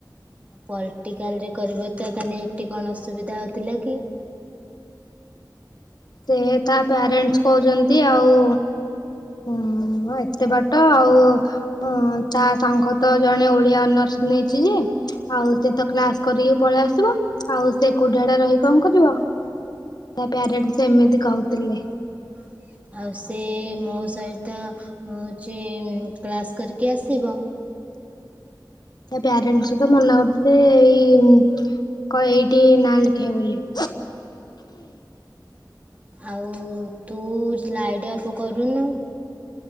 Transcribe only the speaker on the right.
ପଲ୍ଟିକାଲ୍ ରେ କରିବ ତ ତାହେଲେ ଏଠି କଣ ଅସୁବିଧା ହଉଥିଲା କି?
ହଁ ଆଉ ସେ ମୋ ସହିତ ହଉଚି କ୍ଲାସ୍ କରିକି ଆସିବ।
ଆଉ ତୁ ସ୍ଲାଇଡ୍ ଅପ କରୁନୁ